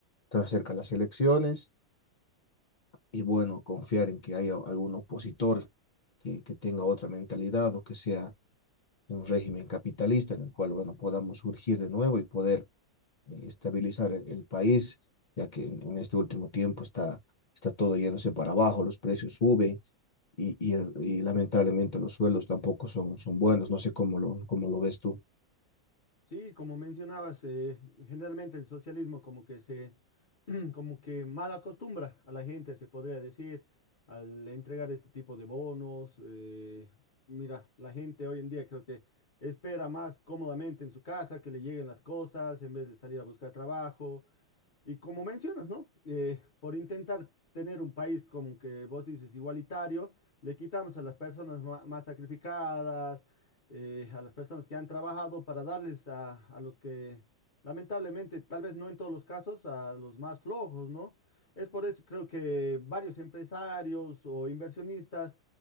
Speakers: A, on the left; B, on the left.
A: se cerca las elecciones y bueno, confiar en que haya algún opositor que, que tenga otra mentalidad o que sea un régimen capitalista en el cual, bueno, podamos surgir de nuevo y poder eh, estabilizar el, el país, ya que en, en este último tiempo está, está todo yéndose para abajo, los precios suben y, y, el- y lamentablemente los sueldos tampoco son, son buenos, no sé cómo lo, cómo lo ves tú.
B: Sí, como mencionabas, eh, generalmente el socialismo como que se, <clears throat> como que mal acostumbra a la gente, se podría decir, al entregar este tipo de bonos. eh, mira, la gente hoy en día creo que espera más cómodamente en su casa que le lleguen las cosas en vez de salir a buscar trabajo. Y como mencionas, ¿no? Eh, por intentar tener un país como que vos dices igualitario, le quitamos a las personas ma- más sacrificadas, eh, a las personas que han trabajado para darles a, a los que, lamentablemente, tal vez no en todos los casos, a los más flojos, ¿no? Es por eso creo que varios empresarios o inversionistas